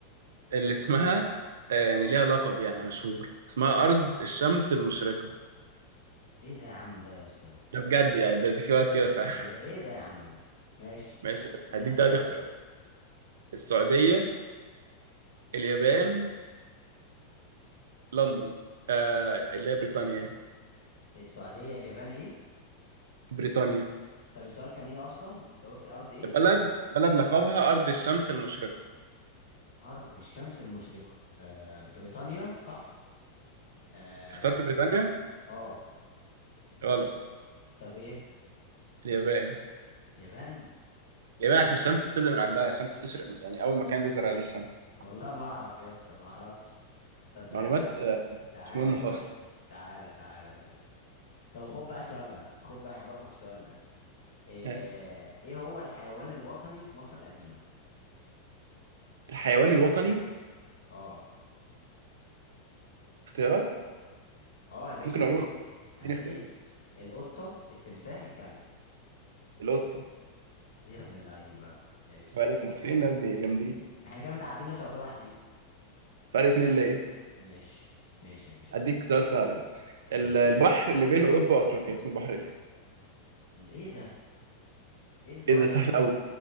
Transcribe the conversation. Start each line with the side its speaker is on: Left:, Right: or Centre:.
Right: اللي اسمها آه يعني ليها لقب يعني مشهور اسمها ارض الشمس المشرقه
Left: ايه ده يا عم ده يا اسطى ده
Right: ده بجد يعني ده دي في وقت كده فعلا
Left: بجا... ايه ده يا عم ده ماشي
Right: <laughs> ماشي
Left: اديني
Right: هديك
Left: اختيارات
Right: ده اختيارات
Left: يا باشا
Right: السعوديه اليابان لندن آه اللي هي بريطانيا
Left: السعودية اليابان ايه
Right: بريطانيا
Left: طب السؤال كان ايه اصلا انت قلت ارض ايه
Right: بلد بلد لقبها ارض الشمس المشرقه
Left: ارض الشمس المشرقة آه بريطانيا صح اه
Right: اخترت بريطانيا
Left: اه
Right: غلط
Left: طب ايه
Right: اليابان
Left: يابان ايه
Right: اليابان
Left: ده
Right: عشان
Left: يا عم
Right: الشمس بتبدأ من عندها الشمس بتشرق من يعني أول مكان بيظهر عليه الشمس
Left: والله ما اعرف يا اسطى ما اعرفش طب تعالى
Right: معلومات آه،
Left: تعالى
Right: مش مهمة
Left: يا باشا
Right: خالص
Left: تعالى تعالى طيب طب خد بقى السؤال ده خد بقى يا حبيبي اخوك السؤال ده آه،
Right: يعني
Left: ايه هو الحيوان الوطني في مصر القديمة
Right: الحيوان الوطني
Left: اه
Right: اختيارات
Left: اه يا باشا
Right: ممكن أقول
Left: هديك
Right: لك.
Left: هديك
Right: اديني اختيارات
Left: القطة التمساح الكلب
Right: القطة
Left: <laughs> يا ابن اللعيبة ماشي
Right: يبقى عليك مصريين يا ابني جامدين
Left: احنا كده متعدين يا صفر واحد ليك
Right: فرق اتنين ليا
Left: ماشي ماشي يا باشا
Right: أديك سؤال سهل يعني
Left: ماشي
Right: ال- البحر اللي بين أوروبا وأفريقيا اسمه بحر إيه؟
Left: ال- ايه ده ايه البحر
Right: إيه ده سهل
Left: ال-
Right: أوي